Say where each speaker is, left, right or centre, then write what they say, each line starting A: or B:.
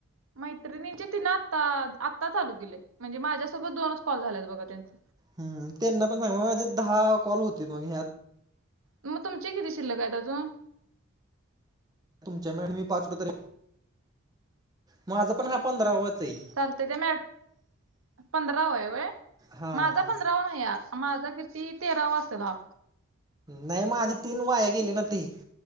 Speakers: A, on the right; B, on the right.
A: मैत्रिणींचे तिन आता आत्ता चालू गेले म्हणजे माझ्यासोबत दोनच कॉल झालेत बघा त्यांच
B: हम त्यांना पण सांग म माझे दहा कॉल होते मग ह्यात
A: मग तुमचे किती शिल्लक काय अजून
B: तुमच्या मी पाचड त माझा पण हा पंधरावाच आहे.
A: चालत ते मॅडम पंधराव आहे व्हय
B: हा
A: माझा
B: हा.
A: पंधरावन या माझा किती तेरावा असेल हा.
B: नाही मा माझी तीन वाया गेली ना ती